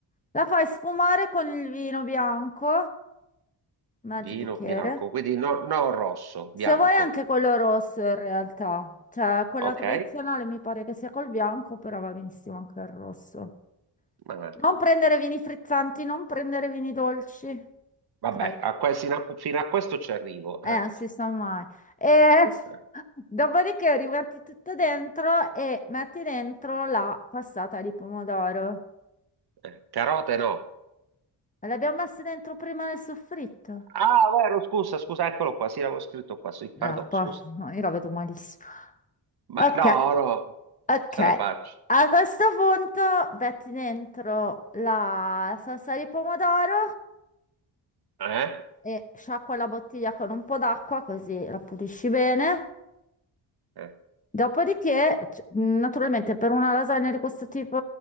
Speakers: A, on the left; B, on the right.
A: La fai sfumare con il vino bianco, mezzo
B: Vino
A: bicchiere.
B: bianco, quindi no, no rosso,
A: Se
B: bianco.
A: vuoi anche quello rosso in realtà, cioè quella
B: Ok?
A: tradizionale mi pare che sia col bianco, però va benissimo anche il rosso.
B: Vabbè,
A: Non prendere vini frizzanti, non prendere vini dolci. Ok?
B: Vabbè, a que- fino a, fino a questo ci arrivo.
A: Eh,
B: Eh,
A: non si sa mai. E
B: eh,
A: <laughs> dopodiché rimetti tutto dentro e metti dentro la passata di pomodoro.
B: eh. Carote no.
A: Ma L'abbiamo messa dentro prima nel soffritto?
B: Ah, vero, scusa, scusa, eccolo qua. Sì, l'avevo scritto qua. Sì, pardon,
A: No, poi
B: scusa.
A: no, io la vedo malissimo.
B: Ma
A: Ok,
B: no, no,
A: ok.
B: ce la faccio.
A: A questo punto metti dentro la salsa di pomodoro
B: Eh?
A: e sciacqua la bottiglia con un po' d'acqua così la pulisci bene.
B: Eh.
A: Dopodiché, c- naturalmente, per una lasagna di questo tipo